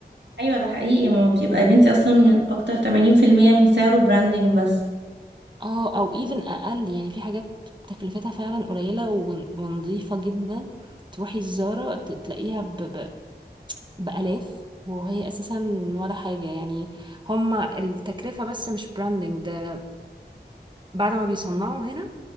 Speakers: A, on the right; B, on the right.
A: ايوه ده حقيقي ما هو بيبقى يا بنتي اصلا من اكتر 80% من سعره براندنج بس
B: اه او even اقل يعني في حاجات تكلفتها فعلا قليله ون- ونظيفه جدا تروحي الزاره ت- تلاقيها ب... ب... بالاف وهي اساسا ولا حاجه يعني هما التكلفه بس مش براندنج ده بعد ما بيصنعوا هنا